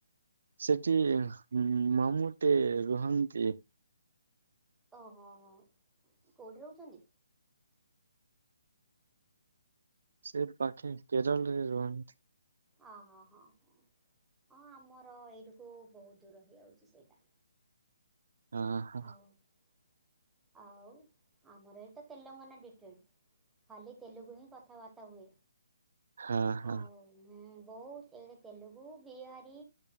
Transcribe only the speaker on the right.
ସେଠି ଉଁ ମାମୁଁ ଟେ ରୁହନ୍ତି।
ସେ ପାଖେ କେରଳରେ ରୁହନ୍ତି।
ହଁ ହଁ
ହଁ ହଁ।